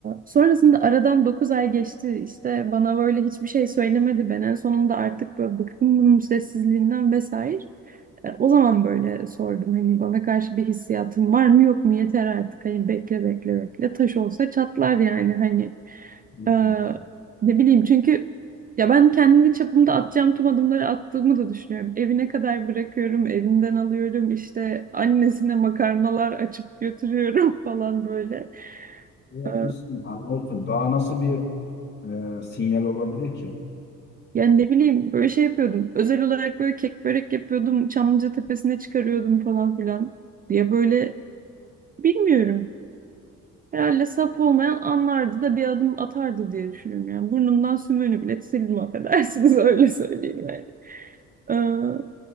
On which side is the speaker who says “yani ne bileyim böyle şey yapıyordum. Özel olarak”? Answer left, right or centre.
Right